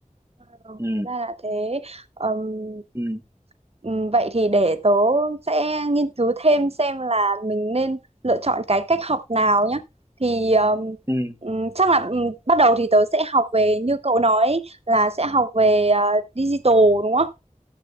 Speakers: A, on the right (about 50°); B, on the right (about 20°).
A: Ừ,
B: ừ
A: Hóa ra là thế. Ừm,
B: ừ
A: ừm, vậy thì để tớ sẽ nghiên cứu thêm xem là mình nên lựa chọn cái cách học nào nhé. Thì ừm,
B: ừ
A: ừm, chắc là ừm, bắt đầu thì tớ sẽ học về như cậu nói là sẽ học về ờ, digital đúng không?